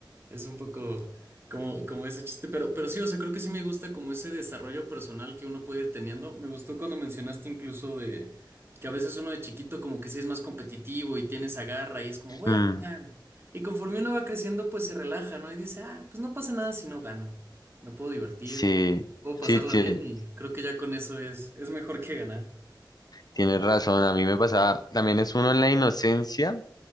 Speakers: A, on the right; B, on the left.
A: Es un poco como, como ese chiste, pero, pero sí, o sea, creo que sí me gusta como ese desarrollo personal que uno puede ir teniendo. Me gustó cuando mencionaste incluso de que a veces uno de chiquito como que sí es más competitivo y tiene esa garra y es como voy
B: Mm,
A: a ganar. Y conforme uno va creciendo, pues se relaja, ¿no? Y dice, ah, pues no pasa nada si no gano. Me puedo divertir,
B: Sí,
A: puedo pasarla
B: sí, sí,
A: bien y creo que ya con eso es, es mejor que ganar.
B: tienes razón. A mí me pasaba, también es uno en la inocencia